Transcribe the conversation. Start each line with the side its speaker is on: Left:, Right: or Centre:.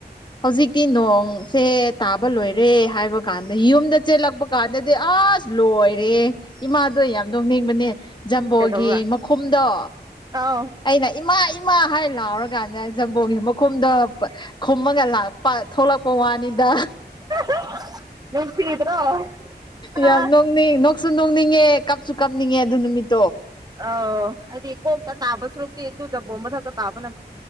Left: ꯍꯧꯖꯤꯛꯇꯤ ꯅꯣꯡ ꯁꯦ ꯇꯥꯕ ꯂꯣꯏꯔꯦ ꯍꯥꯏꯕ ꯀꯥꯟꯗ ꯌꯨꯝꯗ ꯆꯦꯜꯂꯛꯄ ꯀꯥꯟꯗꯗꯤ ꯑꯁ ꯂꯣꯏꯔꯦ ꯦ ꯏꯃꯥꯗꯣ ꯌꯥꯝꯗꯧꯅꯤꯡꯕꯅꯦ ꯖꯝꯕꯣꯒꯤ
Right: ꯀꯩꯗꯧꯕ꯭ꯔꯥ
Left: ꯃꯈꯨꯝꯗꯣ
Right: ꯑꯥꯎ
Left: ꯑꯩꯅ ꯏꯃꯥ ꯏꯃꯥ ꯍꯥꯏ ꯂꯥꯎꯔꯀꯥꯟꯗ ꯖꯝꯕꯣꯒꯤ ꯃꯈꯨꯝꯗ ꯈꯨꯝꯃꯒ ꯂꯥꯛꯄ ꯊꯣꯛꯂꯛꯄ ꯋꯥꯅꯤꯗ
Right: <inaudible> ꯅꯨꯡꯁꯤꯗ꯭ꯔꯣ ꯑꯥ
Left: ꯌꯥꯝ ꯅꯣꯡꯅꯤꯡ ꯅꯣꯛꯁꯨ ꯅꯣꯡꯅꯤꯡꯉꯦ ꯀꯥꯞꯁꯨ ꯀꯥꯞꯅꯤꯡꯉꯦ ꯑꯗꯨ ꯅꯨꯃꯤꯠꯇ
Right: ꯑ ꯑꯗꯤ ꯀꯣꯝ ꯀ ꯇꯥꯕ ꯁꯔꯨ ꯑꯗꯨꯖ ꯣꯝꯝꯕ ꯊ ꯇꯥꯕ ꯅ